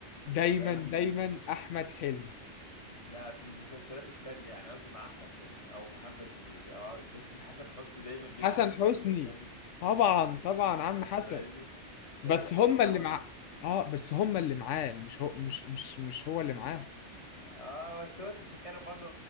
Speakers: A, on the left; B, on the left.
A: دايما
B: في اي
A: دايما أحمد حلمي
B: لا في المسلسلات التانية يعني قصدي مع احمد حلمي او محمد هنيدي او تحس ان حسن حسني دايما بيلعب
A: حسن حسني
B: الدور التاني
A: طبعا طبعا عم
B: انت
A: حسن
B: فاهمني
A: بس
B: تحس
A: هم
B: ان هو
A: اللي مع اه بس هم اللي معاه مش هو مش مش مش هو اللي معاه
B: اه بس هو انت بتتكلم برضه